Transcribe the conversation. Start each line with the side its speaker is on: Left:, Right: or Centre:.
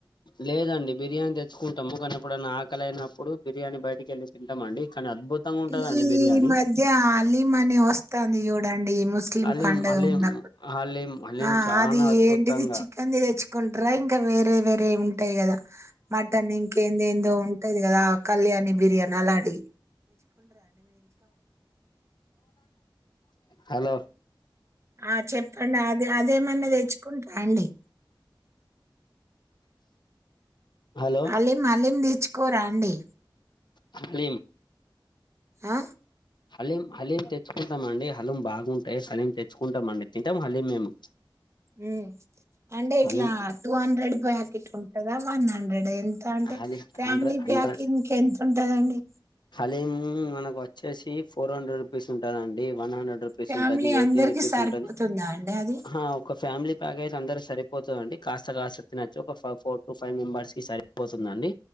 Left: లేదండి బిర్యానీ తెచ్చుకుంటాము కానీ అప్పుడున్న ఆకలి అనప్పుడు బిర్యానీ బయటికి వెళ్ళి తింటామండి కానీ అద్భుతంగా ఉంటదండి
Right: ఈ
Left: బిర్యానీ
Right: మధ్య హలీం అని వస్తుంది చూడండి ఈ ముస్లిం
Left: అలీం
Right: పండుగ
Left: అలీం
Right: ఉన్నప్పుడు
Left: హలీం హలీం
Right: ఆ
Left: చానా
Right: అది
Left: అద్భుతంగా
Right: ఏంటిది చికెన్ ది తెచ్చు టారా ఇంకా వేరే వేరే ఉన్న ఉంటాయి కదా మటన్ ఇంకా ఏదేదేదో ఉంటైది కదా కళ్యాణి బిర్యానా లాడి
Left: హలో
Right: ఆ చెప్పండి అది అదేమన్నా తెచ్చుకుంట్రా అండి
Left: హలో
Right: హలీం హలీం తెచ్చుకోరా అండి
Left: హలీం
Right: ఆ
Left: హలీం హలీం తెచ్చుకుంటాంమండి హలం బాగుంటాయి హలీం తెచ్చుకుంటామండి తింటాము హలీం మేము
Right: మ్మ్ అంటే ఇట్లా
Left: హలీం
Right: టూ హండ్రెడ్ ప్యాకిట్ ఉంటదా వన్ హండ్రెడ్ ఎంత అంటే
Left: అది
Right: ఫ్యామిలీ
Left: హండ్రెడ్ హండ్రెడ్
Right: ప్యాక్ ఇంక ఎంతున్ టదండి
Left: హలీం మనకు వచ్చేసి ఫోర్ హండ్రెడ్ రూపీస్ ఉంటదండి వన్ హండ్రెడ్ హండ్రెడ్ రూపీస్
Right: ఫ్యామిలీ
Left: ఉంటది ఎయిటి
Right: అందరికి
Left: రుపీస్
Right: సరిపోతుందా
Left: ఉంటది
Right: అండి అది
Left: హా ఒక ఫ్యామిలీ ప్యాకేజ్ అందరికీ సరిపోతదండి కాస్త కాస్త తినచ్చు ఒక ఫ ఫోర్ టు ఫైవ్ మెంబర్స్ కి సరిపోతుందండి